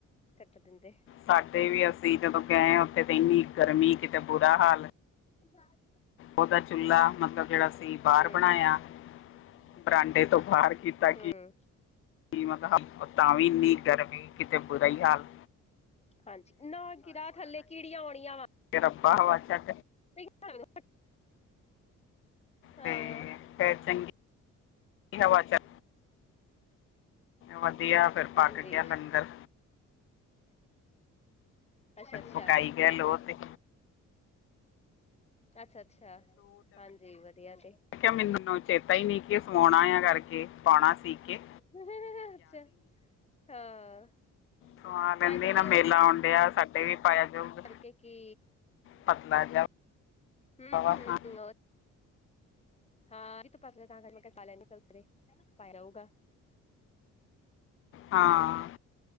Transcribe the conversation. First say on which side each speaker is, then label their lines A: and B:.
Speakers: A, on the left; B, on the left.
A: ਕੱਟ ਦਿੰਦੇ।
B: ਸਾਡੇ ਵੀ ਅਸੀਂ ਜਦੋਂ ਗਏ ਹਾਂ ਉੱਥੇ ਤਾਂ ਏਨੀ ਗਰਮੀ ਕਿਤੇ ਬੁਰਾ ਹਾਲ
A: <inaudible>
B: ਓਦਾ ਚੁੱਲ੍ਹਾ ਮਤਲਬ ਜੇਹੜਾ ਸੀ ਬਾਰ
A: ਹਮ
B: ਬਣਾਇਆ। ਬਰਾਂਡੇ ਤੋਂ ਬਾਰ ਕੀਤਾ ਕਿ
A: ਹਮ
B: ਕੀਮਤ ਹਬ ਤਾ ਵੀ ਏਨੀ ਗਰਮੀ ਕਿਤੇ ਬੁਰਾ ਹੀ ਹਾਲ।
A: ਹਾਂਜੀ, ਨਾ ਗਿਰਾ ਥੱਲੇ ਕੀੜੀਆਂ ਔਣੀਆਂ ਵਾ।
B: ਤੇ ਰੱਬਾ ਹਵਾ ਚ
A: <inaudible> ਹਾਂ
B: ਤੇ ਫੈਰ ਚੰਗੀ ਹਵਾ ਚੱਲ ਵਧੀਆ ਫੇਰ
A: ਹਾਂਜੀ
B: ਪੱਕ ਗਿਆ ਲੰਗਰ।
A: ਅੱਛਾ ਅੱਛਾ
B: ਪਕਾਈ ਗਏ ਲੋ ਤੇ।
A: ਅੱਛਾ-ਅੱਛਾ, ਹਾਂਜੀ ਵਧੀਆ ਤੇ।
B: ਕਿਆ ਮੈਨੂੰ ਚੇਤਾ ਹੀ ਨੀ ਕਿ ਸਵਾਣਾ ਆ ਕਰਕੇ ਪਾਉਣਾ ਸੀ। ਕੇ
A: <inaudible>
B: ਸੁਆ ਲੈਦੇ
A: ਮੈਨੂੰ ਵੀ
B: ਨਾ
A: ਉਹੀ
B: ਮੇਲਾ ਔਣ ਡਿਆ ਸਾਡੇ ਵੀ ਪਾਇਆ ਜਾਊਗਾ।
A: ਕਿਉ ਕੀ
B: ਪਤਲਾ ਜਾ
A: ਹਮ
B: ਹਵਾ
A: ਹਮ
B: ਖਾ।
A: <inaudible>
B: ਹਾਂ।